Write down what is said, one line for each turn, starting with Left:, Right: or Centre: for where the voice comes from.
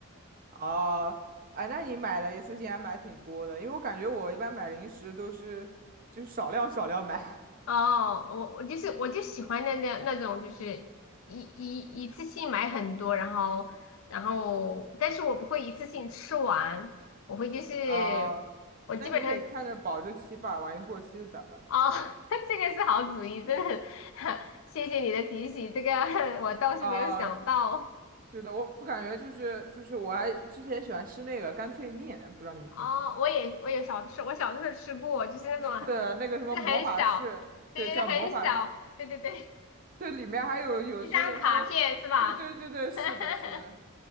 Right: 哦，哎，那你买了一次竟然买挺多的，因为我感觉我一般买零食都是就是少量少量买，
Left: 哦，我我就是我就喜欢那那那种，就是一一一次性买很多，然后然后，但是我不会一次性吃完，我会就是
Right: <laughs> 呃，
Left: 我基本上
Right: 但你得看着保质期吧，万一过期了咋办？
Left: 哦，<laughs> 这个是好主意，真的很 <laughs> 谢谢你的提醒，这个 <laughs> 我倒是没有想到。
Right: 啊、是的，我我感觉就是就是我还之前喜欢吃那个干脆面，不知道你们听过？
Left: 哦，我也我有小的时候，我小的时候吃过，就是那种我就是很小，
Right: 是那个什么魔法士，
Left: 对对对，
Right: 对，叫魔法士，
Left: 很小，对对对，
Right: 对，里面还有有时候有还有，
Left: 一张卡片是吧？
Right: 对对对对，是的，
Left: <laughs>
Right: 是的。